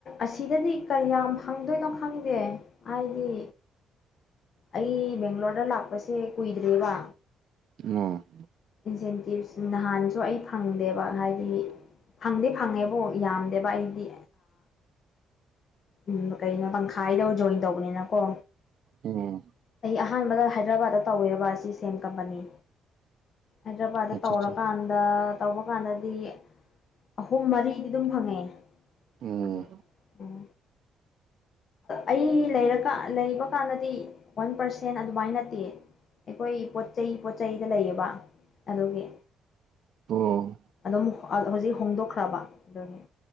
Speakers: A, on the left; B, on the right.
A: ꯑꯁꯤꯗꯗꯤ ꯀꯔꯤꯌꯥꯝ ꯐꯪꯗꯣꯏꯅꯣ ꯈꯪꯗꯦ ꯍꯥꯏꯗꯤ ꯑꯩ ꯕꯦꯡꯒ꯭ꯂꯣꯔꯗ ꯂꯥꯛꯄꯁꯦ ꯀꯨꯏꯗ꯭ꯔꯤꯕ
B: ꯑꯣ
A: ꯏꯟꯁꯦꯟꯇꯤꯞꯁ ꯅꯍꯥꯟꯁꯨ ꯑꯩ ꯐ ꯐꯪꯗꯦꯕ ꯍꯥꯏꯗꯤ ꯐꯪꯗꯤ ꯐꯪꯉꯦꯕꯨ ꯌꯥꯝꯗꯦꯕ ꯑꯩꯗꯤ ꯎꯝ ꯀꯩꯅꯣ ꯇꯪꯈꯥꯏꯗꯧ ꯖꯣꯏꯟ ꯇꯧꯕꯅꯤꯅꯀꯣ
B: ꯑꯣ
A: ꯑꯩ ꯑꯍꯥꯟꯕꯗ ꯍꯥꯏꯗ꯭ꯔꯕꯥꯠꯇ ꯇꯧꯋꯔꯕ ꯑꯁꯤ ꯁꯦꯝ ꯀꯝꯄꯅꯤ ꯍꯥꯏꯗ꯭ꯔꯕꯥꯗꯠꯇ
B: ꯑꯠꯆꯥ
A: ꯇꯧꯔꯀꯥꯟꯗ
B: ꯑꯠꯆꯥ
A: ꯇꯧꯕ ꯀꯥꯟꯗꯗꯤ ꯑꯍꯨꯝ ꯃꯔꯤꯗꯤ ꯑꯗꯨꯝ ꯐꯪꯉꯦ
B: ꯎꯝ
A: ꯪꯖꯦꯜ ꯑꯝ ꯑꯩ ꯂꯩꯔꯀ ꯂꯩꯕ ꯀꯥꯟꯗꯗꯤ ꯋꯥꯟ ꯄꯥꯔꯁꯦꯟ ꯑꯗꯨꯃꯥꯏ ꯅꯠꯇꯦ ꯑꯩꯈꯣꯏ ꯄꯣꯠ ꯆꯩꯩ ꯄꯣꯠ ꯆꯩꯩꯗ ꯂꯩꯌꯦꯕ ꯑꯗꯨꯒꯤ
B: ꯑꯣ
A: ꯑꯗꯨꯝ ꯍꯧꯖꯤꯛ ꯍꯣꯡꯗꯣꯛꯈ꯭ꯔꯕ ꯑꯗꯨꯅꯤ